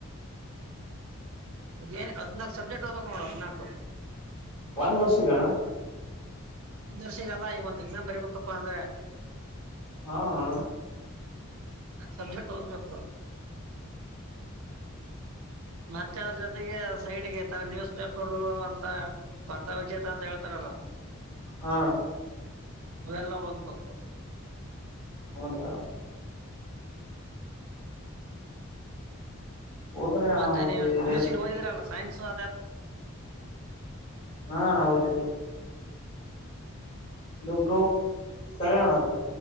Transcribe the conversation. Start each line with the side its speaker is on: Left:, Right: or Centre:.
Right: ಏನ್ ಹದ್ನಾಕ್ ಸಬ್ಜೆಕ್ಟ್ ಅತ ಕಣ ಹದ್ನಾಕ್
Left: ಒಂದ್ ವರ್ಷಗಣ
Right: ಒಂದ ವರ್ಷಗಲ್ಲಾ ಈಗ ಒಂದ್ ಎಕ್ಸಾಮ್ ಬರಿಬೇಕಪ್ಪ ಅಂದ್ರೆ
Left: ಹಾ ಹ
Right: ಅ ಹದ್ನಾಲ್ಕು ಸಬ್ಜೆಕ್ಟ್ ಹೋಗ್ಬೇಕು ಮತ್ತೆ ಅದ್ರ ಜೊತೆಗೆ ಸೈಡ್ಗೆ ಇತರ ನ್ಯೂಸ್ ಪೇಪರ್ ಅಂತ ಸ್ಪರ್ಧಾ ವಿಜೇತ ಅಂತ ಹೇಳ್ತಾರ ಲ್ಲ <unintelligible>
Left: ಹಾ
Right: ಅವೆಲ್ಲ ಹೋಗ್ಬೇಕು
Left: ಹೌದಾ ಹೋದ್ರಿ ಅಣ್ಣ
Right: ಮತ್ತೆ
Left: ಹೋದ್ರಿ
Right: ನೀ ಪಿಯುಸಿ
Left: ಎಷ್ಟ್
Right: ಹೋದಿದ್ರಲ್ಲ ಸೈನ್ಸ್ ಅ
Left: ಹಾ ನಾ ಓದಿದ್ದು ಲ್ಲೊ ಬ್ರೋ ಸರಿ ಅಣತ್ತ